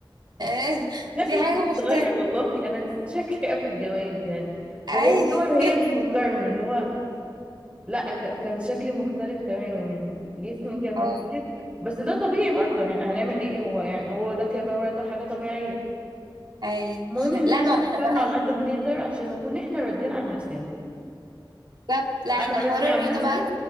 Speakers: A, on the right; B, on the right.
A: آه،
B: شكل
A: في
B: الجسم
A: حاجه مختلفه
B: اتغير والله أنا نسيت شكلي قبل الجواز يعني
A: اي
B: هو الصور هي
A: <laughs>
B: اللي بتفكرني اللي هو لا ك- كان شكلي مختلف تماما يعني جسمي كان مختلف
A: اه
B: بس ده طبيعي برضه يعني هنعمل ايه هو يعني هو ده كده برضه حاجة طبيعية
A: اي
B: المهم ان
A: لا
B: احنا
A: ما
B: ناخد
A: احنا
B: بالنا
A: بقى
B: على قد ما نقدر عشان نكون احنا راضيين عن نفسنا
A: لا لا،
B: انا
A: احنا حوار
B: راضية
A: الرياضه
B: عن نفسي
A: بقى